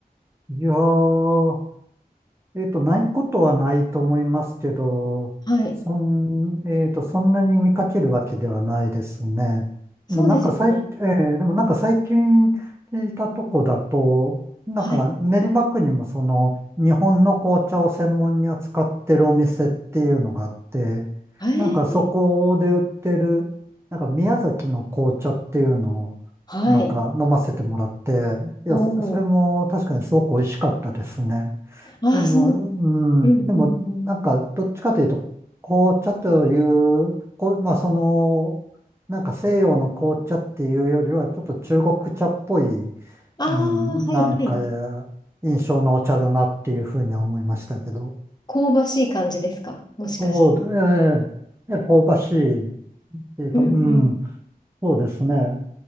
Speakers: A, on the right; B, on the left.
A: いやーえっと、ないことはないと思いますけど、
B: はい。
A: そん、えっと、そんなに見かけるわけではないですね。
B: そうですよね。
A: でもなんか最、えーでもなんか最近聞いたとこだと、なんか練馬区にもその日本の紅茶を専門に扱ってるお店っていうのがあって、
B: はい。えー、
A: なんかそこで売ってる、なんか宮崎の紅茶っていうのをなんか飲ませてもらって、
B: はい。
A: いや、
B: おお。
A: それも確かにすごく美味しかったですね。
B: ああ、
A: でも、
B: そう。うんうん。
A: うん、でも、なんか、どっちかというと、紅茶という、こう、まあ、その、なんか西洋の紅茶っていうよりは、ちょっと中国茶っぽい、
B: ああ、
A: うん、
B: はいはい。
A: なんか、印象のお茶だなっていうふうには思いましたけど。
B: 香ばしい感じですかもしかして。
A: そうで、ええね香ばしいっていうか、
B: うんうん。
A: うん、そうですね。